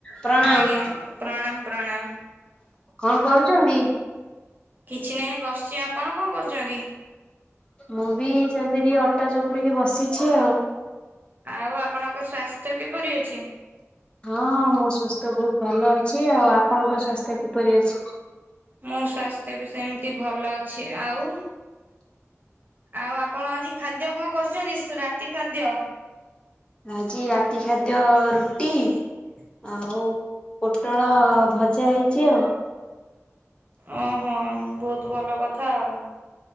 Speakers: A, on the left; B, on the right.
A: ପ୍ରଣାମ।
B: ଆଜ୍ଞା ପ୍ରଣାମ ପ୍ରଣାମ।
A: କଣ କରୁଛନ୍ତି?
B: କିଛି ନାହିଁ ବସିଛି ଆପଣ କଣ କରୁଛନ୍ତି?
A: ମୁଁ ବି ସେମିତି ଟିକେ ଅଟା ଚକୁଡିକି ବସିଛି ଆଉ।
B: ଆଉ ଆପଣଙ୍କ ସ୍ଵାସ୍ଥ୍ୟ କିପରି ଅଛି?
A: ହଁ ମୋ ସ୍ଵାସ୍ଥ୍ୟ ବହୁତ ଭଲ ଅଛି। ଆଉ ଆପଣଙ୍କ ସ୍ଵାସ୍ଥ୍ୟ କିପରି ଅଛି?
B: ମୋ ସ୍ୱାସ୍ଥ୍ୟ ବି ସେମତି ଭଲ ଅଛି। ଆଉ? ଆଉ ଆପଣ ଆଜି ଖାଦ୍ୟ କଣ କରିଛନ୍ତି ସ୍ ରାତି ଖାଦ୍ୟ?
A: ଆଜି ରାତି ଖାଦ୍ୟ ରୁଟି ଆଉ ପୋଟଳ ଭଜା ହେଇଛି ଆଉ।
B: ଓହୋ ବହୁତ ଭଲ କଥା ଆଉ।